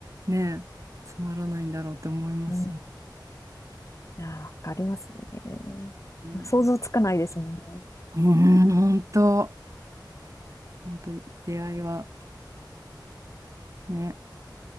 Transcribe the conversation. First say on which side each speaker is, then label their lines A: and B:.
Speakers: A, on the right; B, on the left.
A: ねえ、つまらないんだろうって思いますよね。
B: うん。いやー、わかりますね。
A: うん、
B: 想像つかないですもんね。
A: うん本当、本当、出会いはね。